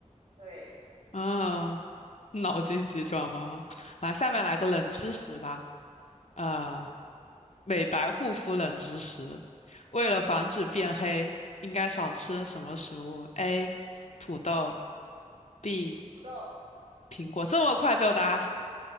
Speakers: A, on the right; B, on the left.
A: 对，
B: 啊，脑筋急转弯。来，下面来个冷知识吧。啊、
A: 嗯，
B: 美白护肤冷知识：为了防止变黑，应该少吃什么食物？A. 土豆。B.
A: 土豆，
B: 苹果这么快就答，